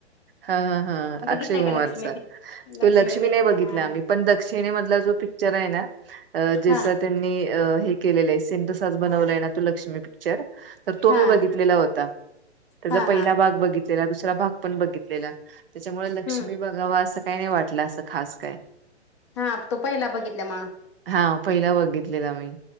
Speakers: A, on the right (about 55°); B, on the left (about 25°).
A: हा हा हा
B: बघितलंय
A: अक्षय कुमारचा
B: का लक्ष्मी पिक्
A: तो लक्ष्मी
B: पिक्चर
A: नाही बघितला
B: हा
A: आम्ही पण दक्षिणी मधला जो पिक्चर आहे ना अ ज्याचा
B: हा
A: त्यांनी हे केलेलं आहे से तसाच बनवला आहे ना तो लक्ष्मी पिक्चर तर तो
B: हा
A: मी बघितलेला होता. त्याचा
B: हा
A: पहिला
B: हा
A: भाग बघित दुसरा भाग पण बघितलेला त्याच्यामुळे लक्ष्मी
B: हम्म
A: बघावा असं काही नाही वाटलं असं खास काय
B: हा तू पहिला बघितलं म
A: हा पहिला बघितलेला मी.